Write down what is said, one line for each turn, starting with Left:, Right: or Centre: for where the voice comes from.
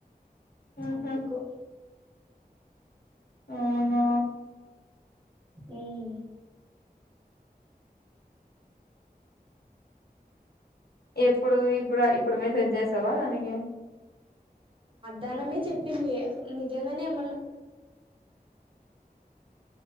Left: ఉహు
Right: అందుకు
Left: అవునా.
Right: ఉమ్మ్
Left: ఎప్పుడు, ఇప్పుడ ఇప్పుడు మెసేజ్ చేసావా దానికి
Right: ధనమే చెప్పింది, నిజంగానే మొన్నా